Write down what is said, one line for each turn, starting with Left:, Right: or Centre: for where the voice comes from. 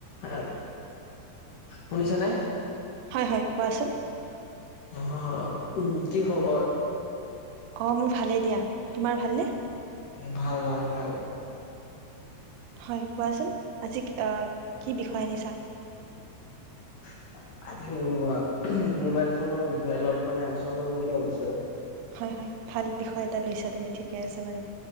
Left: এহে, শুনিছানে?
Right: হয় হয়, কোৱাচোন।
Left: অহ হ, উম কি খবৰ?
Right: অহ মোৰ ভালে দিয়া, তোমাৰ ভালনে?
Left: ভাল ভাল ভাল।
Right: হয় কোৱাচোন আজি অ কি বিষয় আনিছা?
Left: <inaudible> আজি মোৰ আ' মোবাইল ফোনৰ বিষয়ে অলপ মানে আলোচনা কৰিম বুলি ভাবিছো।
Right: হয় ভাল বিষয় এটা লৈছা তুমি ঠিকে আছে বাৰু।